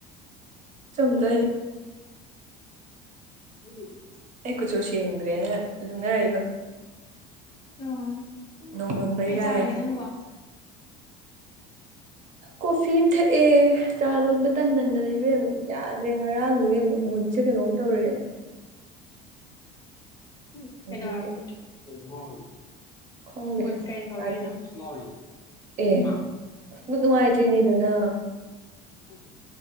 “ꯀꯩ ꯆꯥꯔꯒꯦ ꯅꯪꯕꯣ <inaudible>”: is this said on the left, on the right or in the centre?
Left